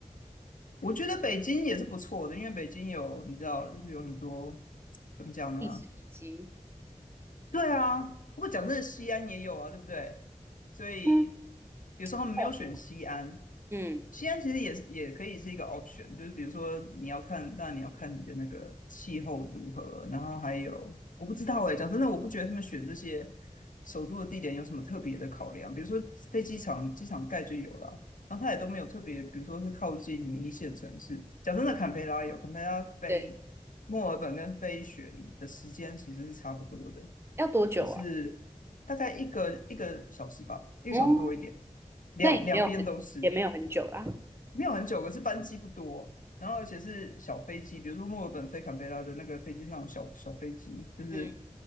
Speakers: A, on the left (about 80°); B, on the right (about 20°).
A: 我觉得北京也是不错的，因为北京有你知道，就是有很多怎么讲呢？
B: 一直以及
A: 对啊，不过讲真的，西安也有啊，对不对？所以，
B: 嗯，
A: 比如说他们没有选西安，
B: 哦，嗯，
A: 西安其实也是也可以是一个 option，就是比如说你要看，当然你要看你的那个气候如何，然后还有我不知道哎、讲真的，我不觉得他们选这些首都的地点有什么特别的考量，比如说飞机场，机场盖就有了，然后它也都没有特别，比如说是靠近一线城市。讲真的，坎培拉有，坎培拉飞墨尔本跟飞雪梨的时间其实是差不多的。
B: 对，要多久啊？
A: 可是大概一个一个小时吧，一个小时多一点，
B: 嗯，
A: 两两边都是，
B: 那也没有很也没有很久啦。
A: 没有很久，可是班机不多，然后而且是小飞机，比如说墨尔本飞坎培拉的那个飞机上有小小飞机，就是
B: 嗯，